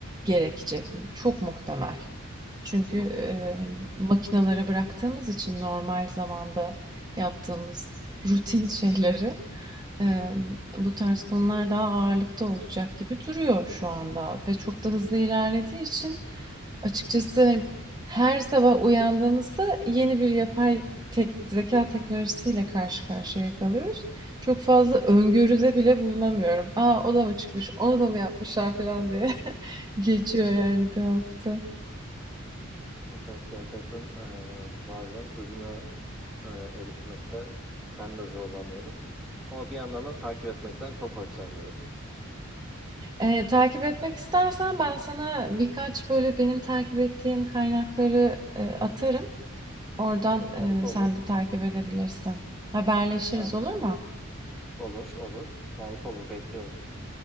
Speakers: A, on the right; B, in the centre.
A: gerekecek. Çok muhtemel. Çünkü
B: Hı
A: e,
B: hı.
A: hani makinalara bıraktığımız için normal zamanda yaptığımız rutin şeyleri e, bu tarz konular daha ağırlıkta olacak gibi duruyor şu anda ve çok da hızlı ilerlediği için açıkçası her sabah uyandığımızda yeni bir yapay tek- zeka teknolojisiyle karşı karşıya kalıyoruz. Çok fazla öngörüde bile bulunamıyorum. Aa o da mı çıkmış, onu da mı yapmışlar falan diye <laughs> geçiyor yani bir hafta.
B: Evet, evet gerçekten e, bazen hızına e, erişmekte ben de zorlanıyorum. Ama bir yandan da takip etmekten çok hoşlanıyorum.
A: Eee, takip etmek istersen ben sana birkaç böyle benim takip ettiğim kaynakları, eee, atarım. Oradan,
B: Harika
A: eee, sen
B: olur,
A: de takip edebilirsin. Haberleşiriz,
B: harika
A: olur
B: olur,
A: mu?
B: olur, olur, harika olur. Bekliyorum.